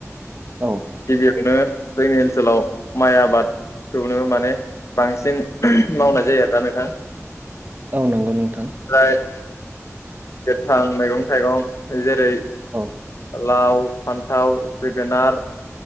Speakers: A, on the right; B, on the left.
A: औ
B: गिबियावनो जोंनि ओनसोलाव माइ आबादखौनो माने बांसिन मावनाय जायो आरोना नोंथां
A: औ नंगौ नोंथां
B: फ्राय, गोथां मैगं थाइगं जेरै
A: औ
B: लाव फान्थाव जोगोनार